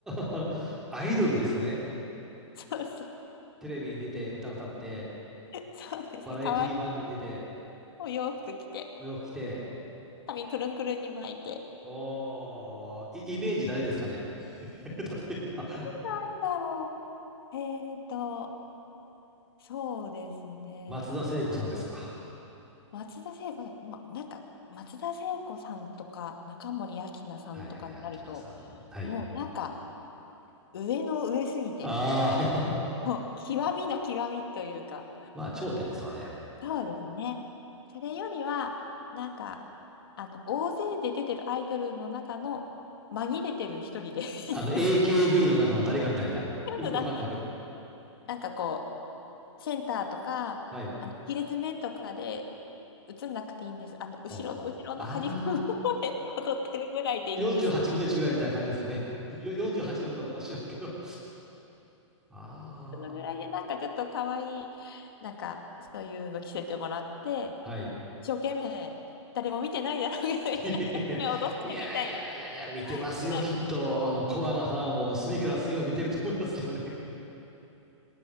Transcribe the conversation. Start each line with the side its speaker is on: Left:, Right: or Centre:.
Centre: <laughs> アイドルですね。
Left: <laughs> そうそう。
Centre: テレビに出て、歌歌って、
Left: そうですね。
Centre: バラエティ番組出て、
Left: かわいいお洋服着て、
Centre: お洋服着て、
Left: 髪くるんくるんに巻いて。
Centre: おー、イイメージ誰ですかね <laughs> 例えば、
Left: なんだろう。えーと、そうですね。
Centre: 松田聖子さんですか。
Left: 松田聖子さん、もうなんか、松田聖子さんとか、中森明菜さんとかになると、
Centre: はいはいはい、秋名さん。はい。
Left: もうなんか、上の上すぎて、
Centre: ああ <laughs>
Left: もう極みの極みというか、
Centre: まあ、頂点ですわね。
Left: そうですね。それよりは、なんか、あの、大勢で出てるアイドルの中の紛れてる一人で <laughs> いいで
Centre: あの、AKB
Left: す。
Centre: の中の誰かみたいな。よくわかんないけど。
Left: なんかあのなんかこう、センターとか、
Centre: はい。
Left: あの、1列目とかで映んなくていいんです。あの、後ろの後ろの端っこの方で踊ってるぐらいでいいんです。
Centre: ああー、48分の1ぐらいみたいな感じですかね。よ48に乗るかどうか知らんけど。あ
Left: そのぐらいで、なんかちょっと可愛い、なんかそういうの着せてもらって、
Centre: あ、<laughs> はい。
Left: 一生懸命、誰も見てないだろうけど、一生懸命踊ってみたいな、
Centre: <laughs> いやいやいやいや、見てますよ、
Left: ぐらいの。
Centre: きっと。
Left: っ
Centre: あの、コアなファンも隅から隅を見てると思いますけどね。